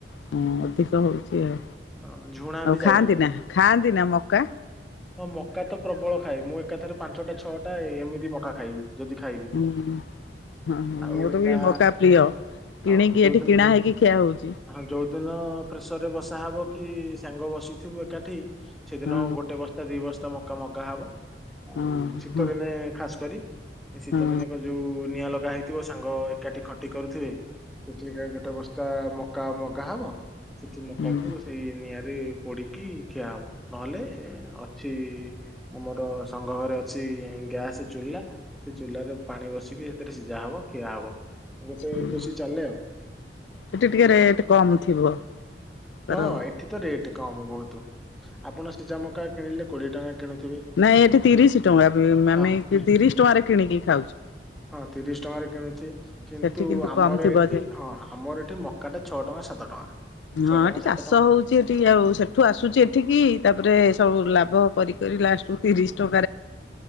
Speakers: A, on the left (about 90°); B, in the centre.
A: ହୁଁ ଅଧିକ ହଉଛି ଆଉ।
B: ହଁ ଝୁଣା
A: ଆଉ
B: ବି
A: ଖାଆନ୍ତି
B: ଯାଉଚି ଏଠୁ।
A: ନା ଖାଆନ୍ତି ନା ମକା
B: ହଁ ମକା ତ ପ୍ରବଳ ଖାଏ ମୁଁ ଏକାଥରେ ପାଞ୍ଚଟା ଛଅଟା ଏମିତି ମକା ଖାଇବି ଯଦି ଖାଇବି।
A: ହୁଁ ହଁ ହଁ
B: ଆଉ
A: ମୋର
B: ତା
A: ମକା ପ୍ରିୟ
B: ହଁ
A: କିଣିକି
B: ଯୋଉଦିନ
A: ଏଠି କିଣା ହେଇକି ଖିଆ ହଉଛି।
B: ହଁ ଯୋଉଦିନ ପ୍ରେସର ରେ ବସା ହବ କି ସାଙ୍ଗ ବସିଥିବୁ ଏକାଠି। ସେଦିନ
A: ହଁ
B: ଉଁ ଗୋଟେ ବସ୍ତା ଦି ବସ୍ତା ମକା ମଗା ହବ ଆଉ
A: ହଁ
B: ଶୀତ
A: ହଁ ହଁ।
B: ଦିନେ ଖାସ କରି ଏ ଶୀତ
A: ହଁ
B: ଦିନକ ଯୋଉ ନିଆଁ ଲଗା ହେଇଥିବ ସାଙ୍ଗ ଏକାଠି ଖଟି କରୁଥିବେ। ସେଠି ଗୋଟେ ବସ୍ତା ମକା ମଗା ହବ ସେଠି
A: ହୁଁ
B: ମକା କୁ ସେଇ ନିଆଁରେ ପୋଡିକି ଖିଆ ହବ ନହେଲେ ଅଛି ଆମର ସଂଘ ଘରେ ଅଛି ଗ୍ୟାସ ଚୁଲା ସେ ଚୁଲାରେ ପାଣି ବସିକି ସେଥିରେ ସିଝା ହବ। ହବ ଖିଆ ହବ ଗୋଟେ
A: ହୁଁ
B: ଖୁସି ଚାଲେ ଆଉ।
A: ଏଠି ଟିକେ ରେଟ୍ କମ୍ ଥିବ
B: ହଁ
A: କର।
B: ଏଠି ତ କମ ବହୁତ ଆପଣ ସିଝା ମକା କିଣିଲେ କୋଡିଏ ଟଙ୍କା କିଣୁ
A: ନାଇଁ ଏଠି ତିରିଶ ଟଙ୍କା ଆମେ
B: ହଁ ତି
A: ତିରିଶ ଟଙ୍କାରେ କିଣିକି ଖାଉଛୁ।
B: ହଁ ତିରିଶ ଟଙ୍କାରେ କିଣୁଛି କିନ୍ତୁ
A: ସେଠି
B: ଆମର
A: କମ୍ ଥିବ
B: ଏଠି
A: ଯେ
B: ହଁ ଆମର ଏଠି ମ ଛଅ ଟଙ୍କା ସାତ ଟଙ୍କା।
A: ହଁ ଏଠି
B: ସାତ
A: ଚାଷ
B: ଟଙ୍କା
A: ହଉଛି ଏଠି ଆଉ
B: ହଁ
A: ସେଠୁ ଆସୁଛି ଏଠିକି ତାପରେ
B: ହଁ।
A: ସବୁ ଲାଭ କରି କରି ଲାଷ୍ଟ କୁ ତିରିଶ ଟଙ୍କା।